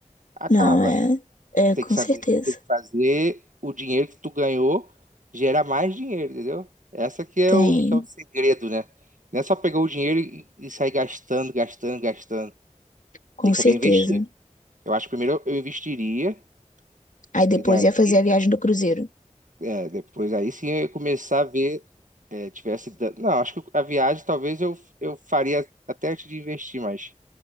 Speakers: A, on the right; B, on the left.
A: acaba.
B: Não, é, é,
A: Tem
B: com
A: que saber,
B: certeza.
A: tem que fazer o dinheiro que tu ganhou gerar mais dinheiro, entendeu? Essa que é
B: Tem,
A: o, que é o segredo, né? Não é só pegar o dinheiro e, e sair gastando, gastando, gastando.
B: com
A: Tem que
B: certeza.
A: saber investir. Eu acho que primeiro eu investiria,
B: Aí
A: e
B: depois
A: daí,
B: ia fazer a viagem do cruzeiro.
A: é, depois aí sim eu ia começar a ver, é, tivesse... da- Não, acho que a viagem talvez eu, eu faria até antes de investir, mas,